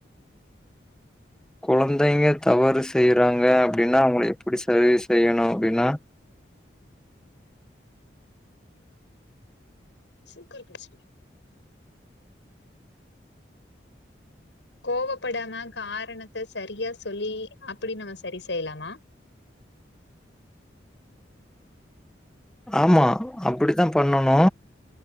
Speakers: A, in the centre; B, on the left.
A: குழந்தைங்க தவறு செய்றாங்க அப்டின்னா அவங்கள் எப்டி சரி செய்யணு அப்டின்னா
B: <unintelligible> கோவப்படாம காரணத்த சரியா சொல்லி அப்டி நம்ம சரி செய்லாமா
A: ஆமா அப்டித்தா பண்ணணு